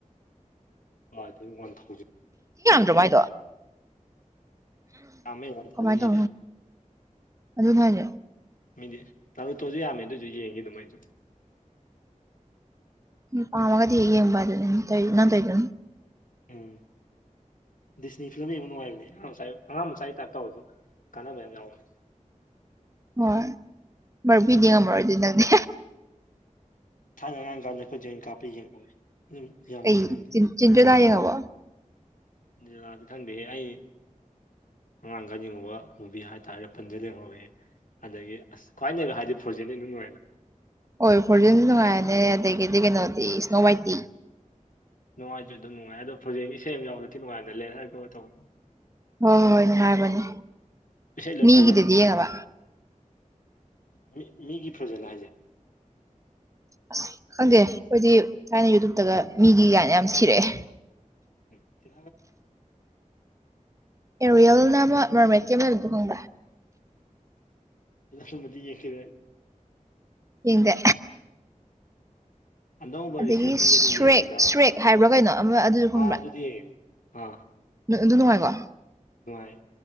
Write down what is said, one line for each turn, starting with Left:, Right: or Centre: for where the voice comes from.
Left: ꯑ ꯑꯗꯨ ꯃꯦ
Right: ꯊ ꯃꯥꯏꯗ
Left: ꯌꯥꯝꯃꯦ ꯋꯥꯟ ꯊꯥꯎꯖꯟ
Right: ꯀꯃꯥꯏꯗ
Left: ꯍꯦꯜꯂꯦ
Right: ꯑꯗꯨ ꯐꯔꯦ
Left: ꯃꯤꯗꯤ ꯅꯥꯔꯨꯇꯣꯁꯨ ꯌꯥꯝꯃꯦ ꯑꯗꯨꯑꯣꯏꯁꯨ ꯌꯦꯡꯈꯤꯗꯃꯩꯁꯨ
Right: ꯎ ꯄꯥꯎꯃꯒꯗꯤ ꯍ ꯌꯦꯡꯕ ꯑꯗꯨ ꯅ ꯅꯪ ꯇꯣꯏꯗꯨꯅ
Left: ꯎꯝ ꯗꯤꯁꯅꯤ ꯐꯤꯂꯝ ꯌꯥꯝ ꯅꯨꯡꯉꯥꯏꯔꯤꯕꯅꯤ ꯑꯉꯥꯡ ꯃꯆꯥꯥꯏ ꯑꯉꯥꯡ ꯃꯆꯥꯥꯏꯒꯤ ꯇꯥꯛꯞ ꯇꯧꯔꯁꯨ ꯀꯥꯟꯅꯕ ꯌꯥꯝ ꯌꯥꯎꯕꯅꯤ
Right: ꯍꯣꯏ ꯕꯔꯕꯤꯗꯤ ꯌ‌ꯦꯡꯉꯝ ꯃꯔ‌ꯣꯏꯗꯨꯗꯤ ꯅꯪꯅꯦ
Left: ꯊꯥꯅꯔꯥꯡ ꯀꯥꯟꯗ ꯑꯩꯈꯣꯏ ꯖꯩꯅ ꯀꯥꯞꯄ ꯌꯦꯡꯍꯧꯋꯤ ꯑꯗꯨꯝ ꯌꯥꯝꯗꯤ
Right: ꯑꯩ
Left: ꯌꯦꯡꯍꯧꯗꯦ
Right: ꯆ ꯆꯤꯟꯗꯔ‌ꯦꯜꯂꯥ ꯌ‌ꯦꯡꯉꯕ‌ꯣ
Left: ꯆꯤꯟꯗꯔ‌ꯦꯜꯂꯥꯗꯤ ꯈꯪꯗꯦꯍꯦ ꯑꯩ ꯑꯉꯥꯡ ꯀꯅꯤꯡꯉꯕ ꯃꯨꯚꯤ ꯍꯥꯏꯇꯥꯔꯦ ꯄꯟꯖ ꯂꯉꯧꯦ ꯑꯗꯒꯤ ꯑꯁ ꯈ꯭ꯋꯥꯏꯅꯦꯕ ꯍꯥꯏꯗꯤ ꯐ꯭ꯔꯣꯖꯦꯂꯤ ꯑꯗꯨꯅꯨꯡꯣꯏꯗ
Right: ꯍꯣꯏ ꯐꯣꯔꯖꯤꯟꯁꯨ ꯅꯨꯡꯉꯥꯏꯔꯅꯦ ꯑꯗꯒꯤꯗꯤ ꯀꯩꯅꯣꯗꯤ ꯏꯁ꯭ꯅꯣ ꯋꯥꯏꯠꯇꯤ
Left: ꯅꯨꯡꯉꯥꯏꯖ꯭ꯔ ꯑꯗꯨꯝ ꯅꯨꯡꯉꯥꯏ ꯑꯗꯣ ꯐꯖꯦꯟꯒꯤ ꯁꯦꯜ ꯌꯥꯎꯗꯗꯤ ꯅꯨꯡꯉꯥꯏꯅꯦꯦꯟ ꯍꯥꯏꯔꯛꯒ ꯇꯧꯕ
Right: ꯍꯣꯏ ꯍꯣꯏ ꯍꯣꯏꯅꯦ ꯍꯥꯏꯕꯅꯦ
Left: ꯏꯁꯩ ꯂꯣꯏ
Right: ꯃꯤꯒꯤꯗꯗꯤ
Left: ꯐꯖꯕꯅꯤ ꯃꯣꯏꯗꯤ
Right: ꯌꯦꯡꯉꯕ
Left: ꯃꯤ ꯃꯤꯒꯤ ꯄ꯭ꯔꯣꯖꯦꯛ ꯍꯥꯏꯁꯦ
Right: ꯑꯁ ꯈꯪꯗꯦ ꯑꯩꯈꯣꯏꯗꯤ ꯁꯨꯥꯏꯅ ꯌꯨꯇꯨꯕꯇꯒ ꯃꯤꯒꯤ ꯥꯟ ꯌꯥꯝ ꯊꯤꯔꯛꯑꯦ
Left: ꯎ ꯆꯦ
Right: ꯑꯦꯔꯤꯌꯦꯜꯅ ꯑꯃ ꯃꯣꯔꯃꯦꯠ ꯀꯦꯦꯝꯕꯗꯨ ꯈꯪꯕ
Left: ꯏ ꯃ ꯌꯦꯦꯛꯇꯦ
Right: ꯍꯗ
Left: ꯑꯅꯧꯕ
Right: ꯑꯗꯒꯤ
Left: ꯔꯤꯁꯦꯟꯂꯤ
Right: ꯁ꯭ꯔꯦꯛ
Left: ꯑꯩꯅ ꯌꯦꯡꯉꯕꯗ
Right: ꯁ꯭ꯔꯦꯛ ꯍꯥꯏꯕ꯭ꯔꯥ ꯀꯩꯅꯣ ꯑꯃ ꯑꯗꯨꯁꯨ ꯈꯪꯕ꯭ꯔꯥ
Left: ꯑꯥ ꯑꯗꯨꯗꯤ ꯑꯥ
Right: ꯑꯗꯨ ꯅꯨꯡꯉꯥꯏꯀꯣ
Left: ꯅꯨꯡꯉꯥꯏ